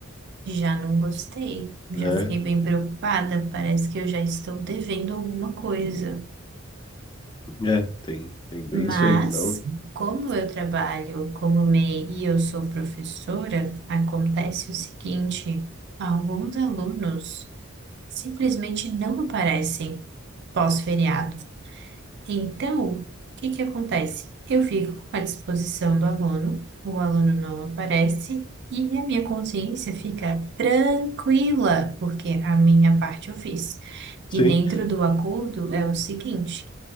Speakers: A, on the right; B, on the left.
A: Já não gostei, já
B: É,
A: fiquei bem preocupada. Parece que eu já estou devendo alguma coisa.
B: é, tem, tem bem
A: Mas,
B: isso aí. Então,
A: como eu trabalho como MEI e I e eu sou professora, acontece o seguinte: alguns alunos simplesmente não aparecem pós-feriado. Então, o que que acontece? Eu fico à disposição do aluno, o aluno não aparece e a minha consciência fica tranquila, porque a minha parte eu fiz.
B: sim.
A: E dentro do acordo é o seguinte: